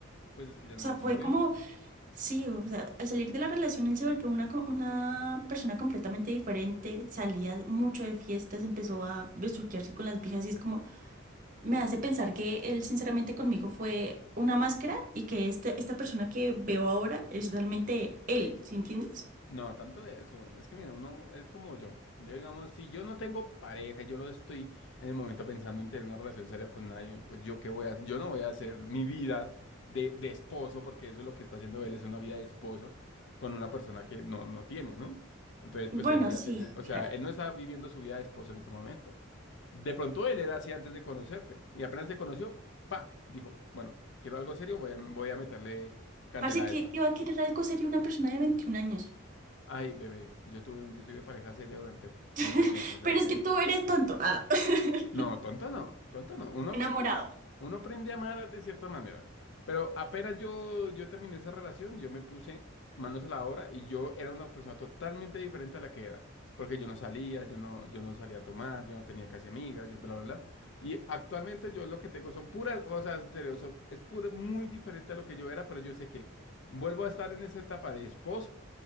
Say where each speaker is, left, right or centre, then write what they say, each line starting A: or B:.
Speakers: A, on the left (about 60°); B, on the right (about 40°).
A: Pues es que ya no
B: O sea,
A: era
B: fue
A: tu novio.
B: como Sí, o sea, al salir de la relación él se volvió una, co- una persona completamente diferente, salía mucho de fiestas, empezó a besuquearse con las viejas y es como, me hace pensar que él sinceramente conmigo fue una máscara y que este, esta persona que veo ahora es realmente él, ¿sí entiendes?
A: No, tanto de eso. Es que mira, uno es como yo. Yo, digamos, si yo no tengo pareja, yo no estoy en el momento pensando en tener una relación seria con nadie, pues yo qué voy a, yo no voy a hacer mi vida de, de esposo, porque eso es lo que está haciendo él, es una vida de esposo con una persona que no, no tiene, ¿no? Entonces,
B: Bueno,
A: pues él ya
B: sí,
A: tiene, o sea,
B: claro.
A: él no está viviendo su vida de esposo en este momento. De pronto él era así antes de conocerte y apenas se conoció, pa, dijo, bueno, quiero algo serio, voy a, voy a meterle candela
B: Parece
A: a
B: que,
A: esto.
B: que va a querer algo serio una persona de 21 años.
A: Ay, bebé, yo tuve, un- yo tuve pareja seria durante
B: <laughs>
A: mucho tiempo, o sea,
B: Pero es que tú eres tonto. Ah. <laughs>
A: no, tonto no, tonto no, uno aprende
B: Enamorado.
A: a amar, uno aprende a amar de cierta manera, pero apenas yo, yo terminé esa relación, yo me puse manos a la obra y yo era una persona totalmente diferente a la que era, porque yo no salía, yo no, yo no salía a tomar, yo no tenía casi amigas, yo bla, bla, bla, y actualmente yo lo que tengo son puras, o sea, en serio, son- es puro, muy diferente a lo que yo era, pero yo sé que vuelvo a estar en esa etapa de esposo